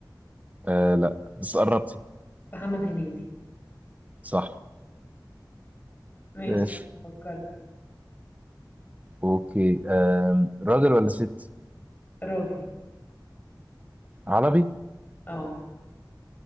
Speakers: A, on the right (about 20°); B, on the left (about 25°).
A: آه لا بس قربتي
B: محمد هنيدي
A: صح
B: ماشي
A: ماشي
B: يلا فكرت
A: أوكي آه راجل ولا ست
B: راجل
A: عربي
B: اه